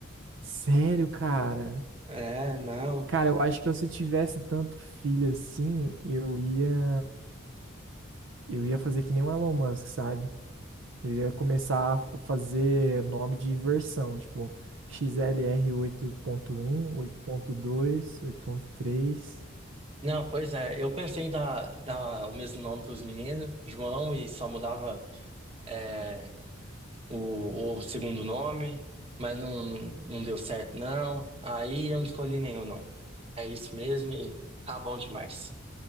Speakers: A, on the right; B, on the right.
A: Sério, cara?
B: É, não.
A: Cara, eu acho que se eu tivesse tanto filho assim, eu ia, eu ia fazer que nem o Elon Musk, sabe? Eu ia começar a fa- fazer nome de versão, tipo XLR oito ponto um, oito ponto dois, oito ponto três.
B: Não, pois é. Eu pensei em dar, dar o mesmo nome pros meninos, João, e só mudava. é, o, o segundo nome, mas não, não deu certo, não. Aí eu não escolhi nenhum, não. É isso mesmo e tá bom demais.